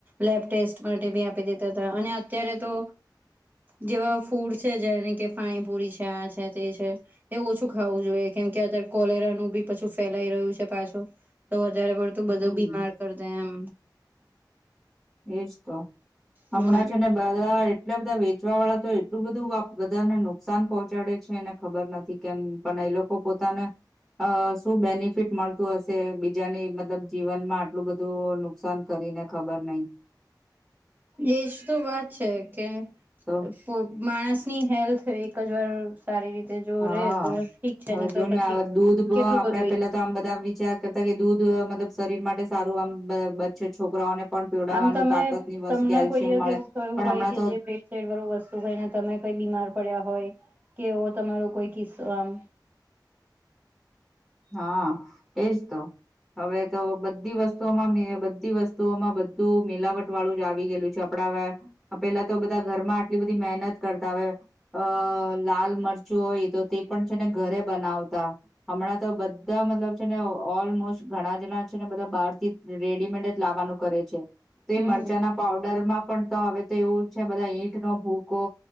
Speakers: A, on the right; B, in the centre.
A: લેબ ટેસ્ટ માટે બી આપી દેતા હતા અને અત્યારે તો જેવા ફૂડ છે જેને કે પાણીપુરી છે આ છે તે છે એ ઓછું ખાવું જોઈએ કેમ કે અત્યારે કોલેરાનું બી પછું ફેલાઈ રહ્યું છે પાછું તો વધારે
B: હમ
A: બધો બીમાર કર દે એમ
B: એજ તો હમણાં
A: હમ
B: છે ને બધા એટલા બધા વેચવા વાળા તો એટલું બધું બધાને નુકસાન પહોંચાડે છે એને ખબર નથી તી કેમ પણ એ લોકો પોતાને શું બેનિફિટ મળ તું હશે બીજાને મતલબ જીવન માં આટલું બધું નુકસાન કરીને ખબર નઈ
A: એજ તો વાત છે કે
B: તો
A: પો માણસની હેલ્થ એક જ વા સારી રીતે જો
B: હા
A: રે તો ઠીક છે
B: હવે
A: નહી
B: જો
A: તો
B: ન
A: પછી
B: હ દૂધ
A: કેટલું
B: આપણેે
A: બધું
B: પેલા તો આમ બધા વિચાર કરતા કે દૂધ મતલબ શરીર માટે સારું આમ બ બચ છોકરાઓને પણ પીવડાવવાનું
A: આમ તમે
B: તાકત ની વસ્તુ
A: તમને
B: કેલ્શિયમ
A: કોઈ દિવસ
B: મળે
A: એવું કયું
B: પણ
A: હોય
B: હમણાં
A: કે
B: તો
A: જે પેવરો વસ્તુ કઈને તમે કઈ બીમાર પડ્યા હોય કે એવો તમારો કોઈ કિસ્સો આમ
B: હા એજ તો. હવે તો બધી વસ્તુઓમાં મી બધી વસ્તુઓમાં બધું મિલાવટ. વાળું જ આવી ગયેલું છે આપડા પેલા તો બધા ઘરમાં આટલી બધી મહેનત કરતા હવે. અ લાલ મરચું હોય તો તે પણ છે ને ઘરે બનાવતા હમણાં તો બધા મતલબ છે ને ઓલમોસ્ટ ઘણા જણા છે ને બધા બહાર થી રેડીમેડ જ લાવવાનું કરે છે. તે
A: હમ
B: મરચાંના પાવડરમાં પણ તો હવે તો એવું છે બધા ઈંટ નો ભૂકો